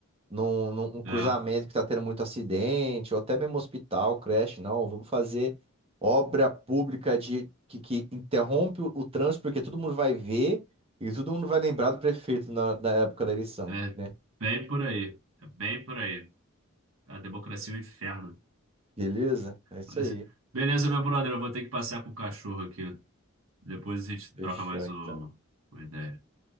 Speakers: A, on the right; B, on the right.
A: Num, num um cruzamento
B: é,
A: que está tendo muito acidente, ou até mesmo hospital, creche, não. Vamos fazer obra pública de que, que interrompe o, o trânsito, porque todo mundo vai ver e todo mundo vai lembrar do prefeito na, na época da eleição,
B: é
A: né?
B: bem por aí. É bem por aí. A democracia é um inferno.
A: Beleza? É isso
B: Mas-
A: aí.
B: Beleza, meu brother, eu vou ter que passear com o cachorro aqui. Depois a gente
A: Fechou,
B: troca mais
A: então.
B: um- uma ideia.